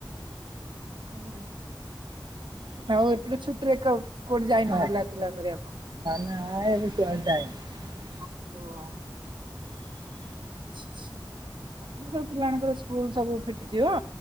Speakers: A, on the right; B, on the right.
A: <inaudible> ଆଉ ଆଉ ଏପଟ ଛୁଟିରେ କୋଉଠି ଯାଇନ
B: ହଁ
A: ବୁଲା କୁଲା କରିବାକୁ?
B: ନା ଏବେ କୁଆଡ଼େ ଯାଇନି ।
A: ଓ, ସବୁ ପିଲାଙ୍କର ସ୍କୁଲ ସବୁ ଫି ଯିବ